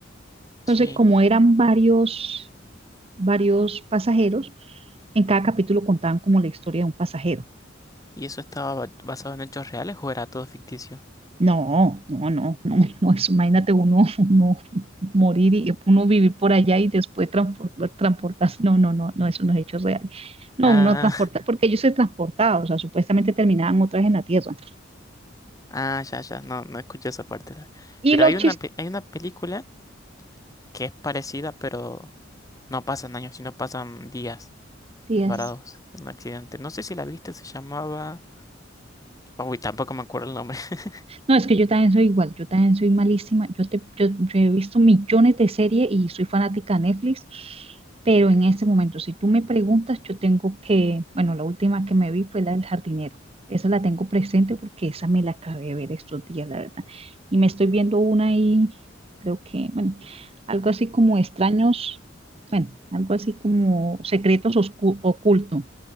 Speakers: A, on the right (about 30°); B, on the left (about 20°).
A: Entonces,
B: Sí.
A: como eran varios, varios pasajeros, en cada capítulo contaban como la historia de un pasajero.
B: ¿Y eso estaba ba- basado en hechos reales o era todo ficticio?
A: No, no, no, no, no, eso, imagínate uno, uno morir y uno vivir por allá y después transpor- transportarse. No, no, no, no, eso no es hechos reales. No,
B: Ah,
A: uno transporta, porque ellos se transportaban, o sea, supuestamente terminaban otra vez en la tierra.
B: <laughs> ah, ya, ya. No, no escuché esa parte. la-
A: Y
B: Pero
A: los
B: hay una, pe- hay una película que es parecida, pero no pasan años, sino pasan días
A: chistes,
B: varados en un accidente. No sé si la viste, se llamaba. Uy, tampoco me acuerdo el nombre. <laughs>
A: No, es que yo también soy igual, yo también soy malísima. Yo, te, yo, yo he visto millones de series y soy fanática de Netflix, pero en este momento, si tú me preguntas, yo tengo que, bueno, la última que me vi fue la del jardinero. Esa la tengo presente porque esa me la acabé de ver estos días, la verdad. Y me estoy viendo una y creo que, bueno, algo así como extraños, bueno, algo así como secretos oscu- ocultos.